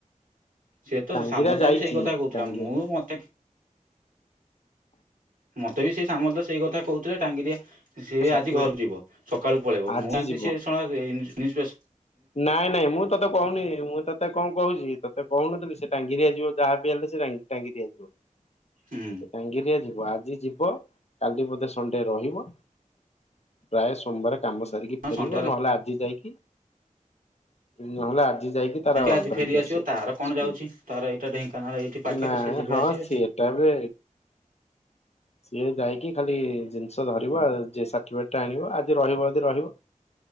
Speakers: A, on the right; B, on the left.
A: ସିଏ ତ
B: ଟାଙ୍ଗିରା
A: ସାମଲଦା
B: ଯାଇଛି
A: ବି ସେଇ କଥା କହୁଥିଲା
B: ଟାଙ୍ଗି
A: ମୁଁ ମତେ ମତେ ବି ସେ ସାମଲ ଦା ସେଇ କଥା କହୁଥିଲେ ଟାଙ୍ଗିରିଆ ସେ
B: ସାର୍ଟିଫିକେଟ
A: ଆଜି ଘରକୁ ଯିବ ସକାଳୁ ପଳେଇବ
B: ଆଜି
A: ମୁଁ ଜାଣିଛି
B: ଯିବ।
A: ସେ ଶଳା ଇନିସ୍- ଇନିସପେସ୍।
B: ନାଇଁ ନାଇଁ ମୁଁ ତୋତେ କହୁନି ମୁଁ ତତେ କଣ କହୁଛି ତତେ। କହୁନଥିଲି ସେ ଟାଙ୍ଗିରିଆ ଯିବ ଯାହା ବିି ହେଲେ ସେ ଟାଙ୍ଗିରିଆଯିବ ସେ
A: ହୁଁ
B: ଟାଙ୍ଗିରିଆ ଯିବ। ଆ ଆଜି ଯିବ କାଲି ବୋଧେ ସଣ୍ଡେ ରହିବ ପ୍ରାୟ ସୋମବାର କାମ ସାରିକି
A: ହଁ
B: ଫେରିବ
A: ସଣ୍ଡାର
B: ନହେଲେ ଆଜି ଯାଇକି ନହେଲେ ଆଜି ଯାଇକି ତାର
A: ଆଜି
B: ଧରିକି
A: ଫେରି
B: ଆସିବ
A: ତାର କଣ
B: ସ୍କୁଲ।
A: ଯାଉଛି ତାର ଏଇଟା ଢେଙ୍କାନାଳ ଏଇଠି ପାଖରେ
B: ନାଁ
A: ସେ ଯିବେ
B: ହଁ।
A: ଆସିବେ
B: ଛି ଏଟା ବେ। ସିଏ ଯାଇକି ଖାଲି ଜିନିଷ ଧରିବ ଆ ଯେ- ସାର୍ଟିଫିକେଟ୍ ଟା ଆଣିବ ଆଜି ରହିବ ଯଦି ରହିବ।